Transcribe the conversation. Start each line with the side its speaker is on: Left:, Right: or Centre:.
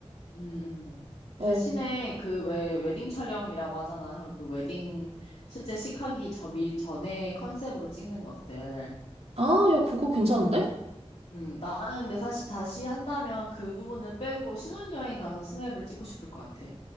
Left: 음, 음.
Right: 어.
Left: 대신에 그 왜 웨딩 촬영이라고 하잖아. 그 웨딩 실제 식하기 저 미리 전에 컨셉으로 찍는 것들.
Right: 아, 야, 그거 괜찮은데?
Left: 음, 나는 근데 사실 다시 한다면 그 부분을 빼고 신혼여행 가서 스냅을 찍고 싶을 것 같아.